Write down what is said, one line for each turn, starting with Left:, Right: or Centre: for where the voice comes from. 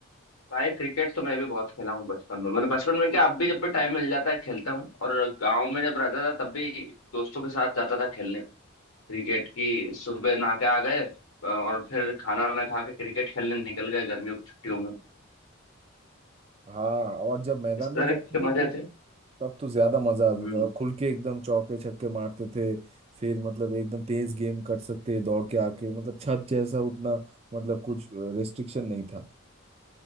Left: भाई क्रिकेट तो मैं भी बहुत खेला हूँ बचपन में मतलब बचपन में क्या अब भी जब भी टाइम मिल जाता है खेलता हूँ और गांव में जब रहता था तब भी दोस्तों के साथ जाता था खेलने क्रिकेट की सुबह नहा के आ गए अ, और फिर खाना वाना खा के क्रिकेट खेलने निकल गए गर्मियों की छुट्टियों में
Right: हाँ और जब मैदान
Left: इस
Right: में
Left: तरह
Right: जाते
Left: के
Right: थे
Left: मजे
Right: तो
Left: थे
Right: तब तो ज्यादा मजा आता
Left: हम्म
Right: था खुल के एकदम चौके छक्के मारते थे फिर मतलब एकदम तेज गेम कर सकते दौड़ के आके मतलब छत जैसा उतना मतलब कुछ रेस्ट्रिक्शन नहीं था